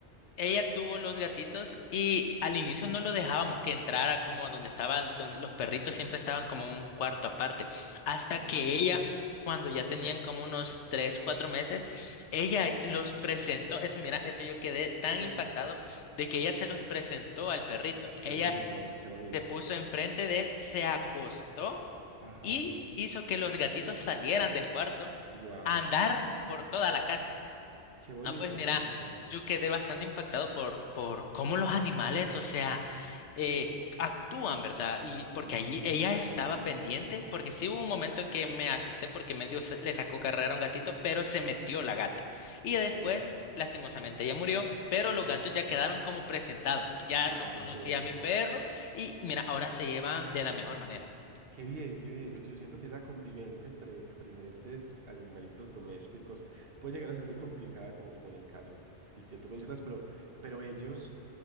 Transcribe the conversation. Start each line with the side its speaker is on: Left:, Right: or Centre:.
Left: Ella tuvo los gatitos y al inicio no lo dejábamos que entrara como a donde estaban los perritos, siempre estaban como en un cuarto aparte. Hasta
Right: ok,
Left: que ella, cuando ya tenían como unos tres, cuatro meses, ella los presentó. Eso, mira, eso yo quedé tan
Right: wow.
Left: impactado de que ella se los presentó al perrito.
Right: Qué
Left: Ella
Right: bonito, qué bonito.
Left: se puso enfrente de él, se acostó
Right: Ajá.
Left: y hizo que los gatitos salieran del cuarto
Right: Wow.
Left: a andar por toda la casa.
Right: Qué bonito,
Left: Ah, pues mira,
Right: qué bonito.
Left: yo quedé bastante impactado por, por cómo los animales, o sea, eh, actúan, ¿verdad? Y porque
Right: Sí.
Left: allí ella estaba pendiente, porque sí hubo un momento que me asusté porque medio se- le sacó carrera a un gatito, pero se metió la gata. Y
Right: Ok,
Left: ya después, lastimosamente, ella murió, pero
Right: ujú.
Left: los gatos ya quedaron como presentados. Ya
Right: Ay,
Left: los conocía
Right: qué bonito.
Left: mi perro y mira, ahora se llevan de la mejor manera.
Right: Qué bien, qué bien. Yo, yo siento que esa convivencia entre, entre diferentes animalitos domésticos puede llegar a ser muy complicada, como, como en el caso que, que tú mencionas, pero, pero ellos